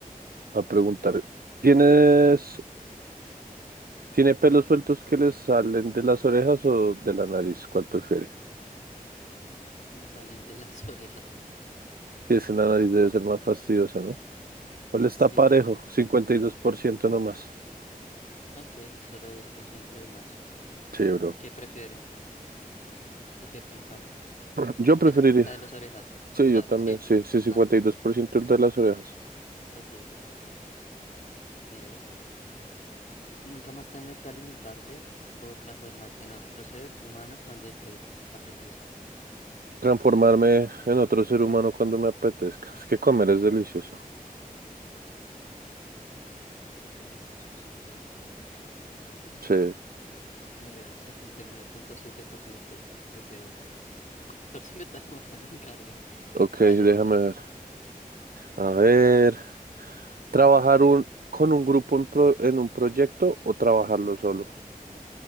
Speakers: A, on the right; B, on the left.
A: a preguntar. ¿Tienes, tiene pelos sueltos que le salen de las orejas o de la nariz? ¿Cuál prefiere?
B: Que me salen de las <laughs> orejas.
A: Si es que la nariz debe ser más fastidiosa, ¿no? ¿Cuál está
B: Sí,
A: parejo?
B: sí, creo.
A: 52% nomás.
B: Ok, solo 2% de más.
A: Sí, bro.
B: ¿Qué prefieren? ¿Prefieren cuál?
A: Yo preferiría.
B: ¿Esa? La de las orejas.
A: Sí,
B: O sea,
A: yo también.
B: sí.
A: Sí, sí, cincuenta
B: Ah,
A: y dos por ciento el de las orejas.
B: ok, ok, ok. Mira esa. Nunca más tener que alimentarte o transformarte en otro ser humano cuando este te apetezca.
A: Transformarme en otro ser humano cuando me apetezca. Es que comer es delicioso.
B: Comer, comer es delicioso, sí, es verdad.
A: Sí.
B: Mira, el setenta y nueve punto siete por ciento prefiere esa. El 14 <laughs> me está demorando en cargar.
A: Ok,
B: Dale
A: déjame
B: de una.
A: ver. A ver, trabajar un, con un grupo en, pro- en un proyecto o trabajarlo solo.